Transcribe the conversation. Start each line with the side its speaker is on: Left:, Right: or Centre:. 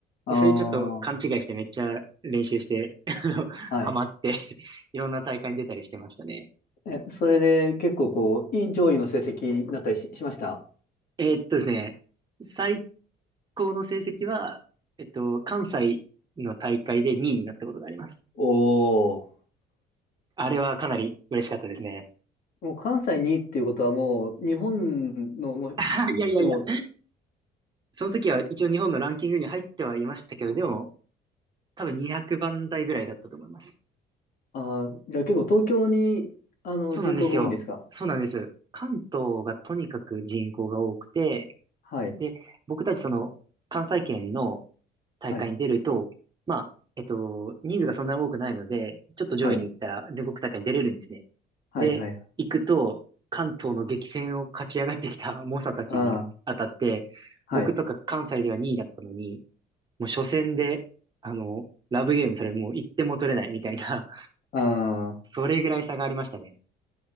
Left: あ
Right: で、それちょっと勘違いしてめっちゃ練習して、
Left: あ。
Right: <laughs> あの、
Left: はい。
Right: ハマって <laughs> いろんな大会に出たりしてましたね。
Left: え、それで結構こう、いい上位の成績になったりし、しました
Right: えーっとですね、最高の成績は、えっと、関西の大会で2位になったことがあります。
Left: おお
Right: あれはかなり嬉しかったですね。
Left: ー。もう関西にいっていうことはもう、日本の、もう、
Right: <laughs> いやいやいや、
Left: でも、
Right: その時は一応日本のランキングに入ってはいましたけど、でも多分200番台ぐらいだったと思います。
Left: あー、じゃあ結構東京に、あの、
Right: そうなんですよ。
Left: 人口が多いんですか
Right: そうなんです。関東がとにかく人口が多くて、
Left: はい。
Right: で、僕たちその関西圏の大会に出ると、
Left: はい。
Right: まあ、えっと、人数がそんなに多くないので、ちょっと上位に行ったら全国大会に出れるんですね。
Left: はい。はい。
Right: で、
Left: はい。
Right: 行くと、関東の激戦を勝ち上がってきた猛者たちに当たって、
Left: ああ、
Right: 僕とか関西では2位だったのに、
Left: はい。
Right: もう初戦で、あの、ラブゲームそれもう1点も取れないみたいな、
Left: ああ、
Right: <laughs> それぐらい差がありましたね。